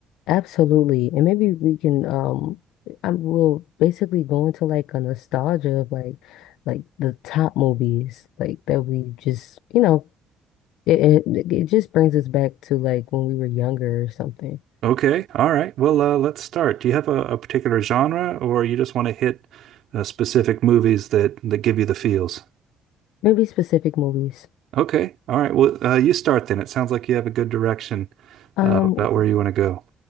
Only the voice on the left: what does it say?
Absolutely. And maybe we can um I will basically go into like a nostalgia of like like the top movies like that we just, you know, it it, it just brings us back to like when we were younger or something.
Maybe specific movies.
Um,